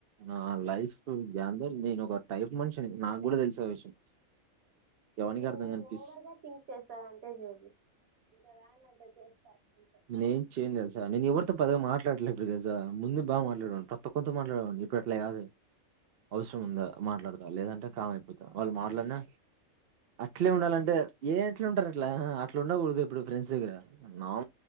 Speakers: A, on the right; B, on the right.
A: నా లైఫ్ ఏందో నేను ఒక టైఫ మనిషినీ అని నాకు కూడా తెలిస విషయం ఎవనికి
B: నువ్వు
A: అర్థం కాని పీస్
B: ఓవర్ గా థింక్ చేస్తావు అంతే జోగి దాన్ని అంతా చేస్తావు అంతే
A: నే ఏం చేయను తెలుసా నేను ఎవరితో పె పద్దగా మాట్లాడటలే ఇప్పుడు తెలుసా ముందు బాగా మాట్లాడను ప్రతి ఒక్కరితో మాట్లాడడి ఇప్పుడు అట్లే కాదు అవసరం ఉందా మాట్లాడతా లేదంటే కమైపోతా
B: అట్లే
A: వాళ్ళు మాట్లాడిన
B: ఉండాలి
A: అట్లే ఉండాలంటే ఏ ఎట్లా ఉంటారు అట్లా అట్లా ఉండకూడదు ఇప్పుడు ఫ్రెండ్స్ కాద ఆ